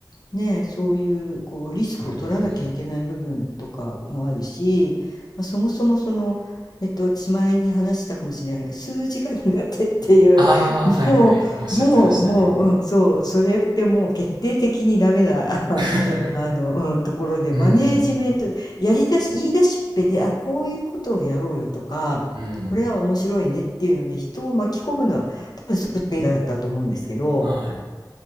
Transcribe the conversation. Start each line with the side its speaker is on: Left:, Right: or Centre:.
Left: ね、そういうこうリスクを取らなきゃいけない部分とかもあるし、
Right: うん、うん、うん。
Left: まあ、そもそもその、えっと、私前に話したかもしれないけど数字が苦手っていう
Right: ああ、はいはい、
Left: もうもうもう、
Right: おっしゃってましたね。
Left: うん、そうそれってもう決定的にダメな <laughs>
Right: <laughs>
Left: あの、うん、ところでマネージメントやりだし言い出しっぺであこういうことをやろうよとかこれは面白いねっていうので人を巻き込むのは多分すごく得意だったと思うんですけど。
Right: うん、うん、はい。